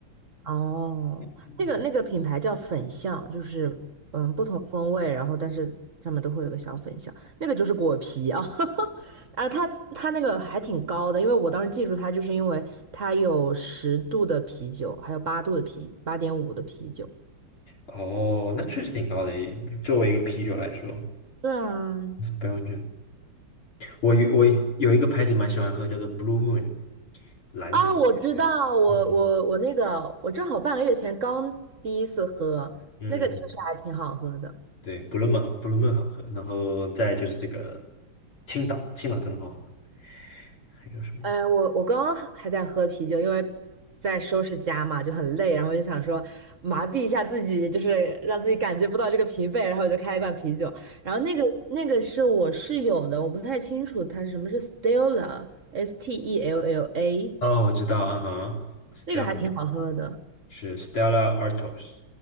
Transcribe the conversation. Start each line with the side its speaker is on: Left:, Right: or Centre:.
Right: 哦，
Left: <laughs>
Right: 那个那个品牌叫粉象，就是嗯不同风味，然后但是上面都会有个小粉象，那个就是果皮啊，<laughs> 啊它它那个还挺高的，因为我当时记住它，就是因为它有十度的啤酒，还有八度的啤，八点五的啤酒。
Left: 哦，那确实挺高的，作为一个啤酒来说，
Right: 对啊，
Left: 是标准。我有我有一个牌子蛮喜欢喝，叫做 Blue Moon，蓝色的月亮。
Right: 啊，我知道，我我我那个，
Left: 嗯。
Right: 我正好半个月前刚第一次喝，
Left: 嗯，
Right: 那个确实还挺好喝的。
Left: 对，不论曼好，不论曼好喝，然后再就是这个青岛，青岛真的好喝，还有什么呀？
Right: 呃，我我刚刚还在喝啤酒，因为在收拾家嘛，就很累，然后就想说麻痹一下自己，就是让自己感觉不到这个疲惫，然后我就开了一罐啤酒。然后那个那个是我室友的，我不太清楚它是什么，是 Stella，S T E L L A，
Left: 哦，我知道，啊哈，Stella
Right: 那个还挺好喝的，
Left: 是 Stella Artois，